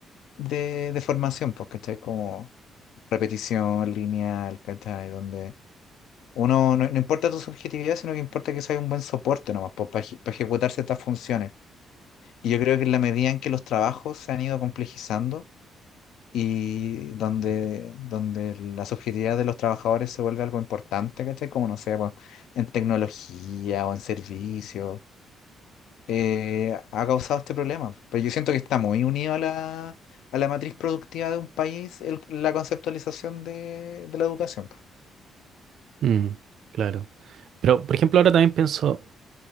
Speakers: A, on the left; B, on the right.
A: de, de formación, pues, ¿cachai? Como repetición lineal, ¿cachai? Donde uno no, no importa tu subjetividad, sino que importa que sea un buen soporte nomás, pues, para ejecutar ciertas funciones. Y yo creo que en la medida en que los trabajos se han ido complejizando, y donde, donde la subjetividad de los trabajadores se vuelve algo importante, ¿cachai? Como no sé, bueno, en tecnología o en servicios eh, ha causado este problema. Pero yo siento que está muy unido a la, a la matriz productiva de un país el- la conceptualización de, de la educación. po.
B: Mm, claro. Pero, por ejemplo, ahora también pienso,